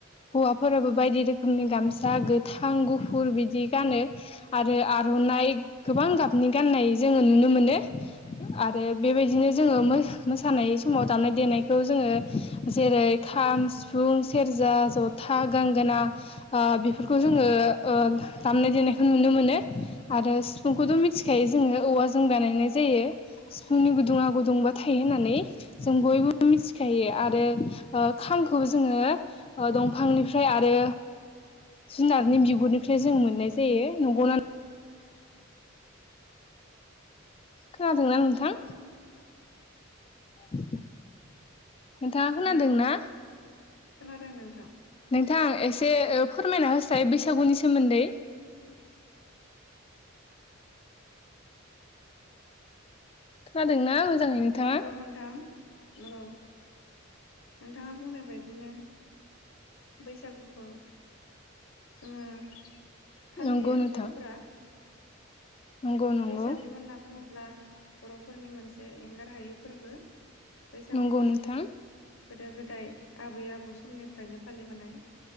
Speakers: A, on the left; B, on the left.
A: हौवाफोराबो बायदि रोखोमनि गामसा गोथां गुफुर। फुर बिदि गानो आरो आर'नाइ गोबां गाबनि गाननाय जोङो नुनो मोनो। आरो बेबायदिनो जोङो मोसानाय समाव दामनाय देनायखौ जोङो जेरै खाम, सिफुं, सेरजा, जथा गंगोना बेफोरखौ जोङो। दामनाय देनायखौ नुनो मोनो आरो सिफुंखौथ' मिथिखायो जोङो औवाजों बानायनाय जायो सिफुंनि गुदुङा गुदुंबा थायो होननानै जों बयबो मिथिखायो आरो खामखौबो जोङो दंफांनिफ्राय आरो जुनारनि बिगुरनिफ्राय। ओंख्रि जों मोननाय जायो नंगौना? खोनादोंना नोंथां? नोंथाङा खोनादों
B: नंगौ
A: ना?
B: खोनादों नोंथां
A: नोंथां एसे फोरमायना होसाय बैसागुनि सोमोन्दै। खोनादोंना मोजाङै नोंथाङा
B: नंगौ नोंथां औ। नोंथाङा बुंनाय बायदिनो बैसागुखौ जोङो फालियो
A: नंगौ नोंथां
B: बर'फोरा।
A: नंगौ नंगौ
B: बैसागु होनना बुङोब्ला बर'फोरनि मोनसे एंगार हायै फोरबो बैसागुखौ
A: नंगौ नोंथां
B: जोङो गोदो गोदाय आबै आबौ समनिफ्रायनो फालिबोनाय।